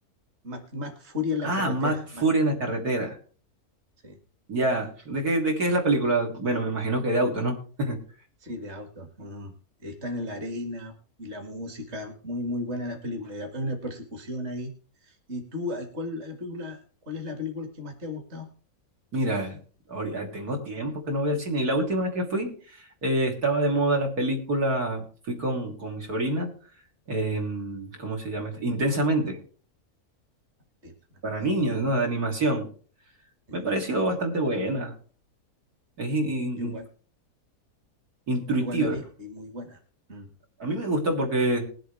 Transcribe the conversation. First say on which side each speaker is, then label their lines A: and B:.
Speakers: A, on the right (about 45°); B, on the right (about 85°).
A: Mac, Mac Fury en
B: Ah,
A: la carretera.
B: más furia
A: Mac,
B: en la carretera.
A: sí.
B: Ya. ¿De qué, de qué es la película? Bueno, me imagino que de auto, ¿no? <laughs>
A: Sí, de auto. ajá. Están en la arena y la música, muy muy buena las películas. Y Hay una persecución ahí. ¿Y tú, a- cuál la película, cuál es la película que más te ha gustado?
B: Mira, ahori- ah, tengo tiempo que no voy al cine y la última vez que fui eh, estaba de moda la película, fui con, con mi sobrina, em, ¿cómo se llama esta? Intensamente,
A: Intensamente,
B: para
A: sí.
B: niños, ¿no? De animación.
A: sí.
B: Me pareció bastante buena, es in- in-
A: Yo igual,
B: intuitiva.
A: yo igual la vi y muy buena. Mm,
B: A mí me gustó porque